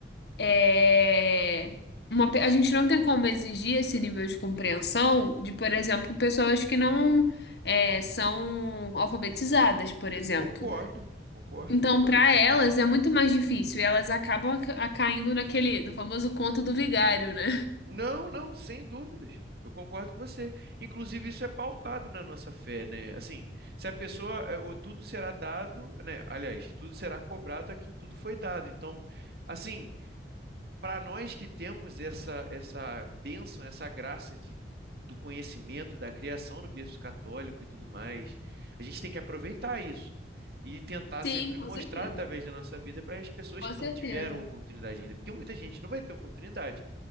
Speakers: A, on the left; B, on the right.
A: é, uma, pe- a gente não tem como exigir esse nível de compreensão de, por exemplo, pessoas que não é, são alfabetizadas, por exemplo.
B: concordo, concordo.
A: Então, para elas é muito mais difícil e elas acabam aca- a- caindo naquele, no famoso conto do vigário, né?
B: Não, não, sem dúvidas. Eu concordo com você. Inclusive, isso é pautado na nossa fé, né? Assim, se a pessoa, é, o tudo será dado, né? Aliás, tudo será cobrado a quem tudo foi dado. Então, assim, para nós que temos essa essa bênção, essa graça de do conhecimento, da criação no berço católico e tudo mais, a gente tem que aproveitar isso e tentar
A: Sim,
B: sempre
A: com
B: mostrar
A: certeza.
B: através da nossa vida para as pessoas
A: Com
B: que
A: certeza.
B: não tiveram oportunidade ainda, porque muita gente não vai ter oportunidade,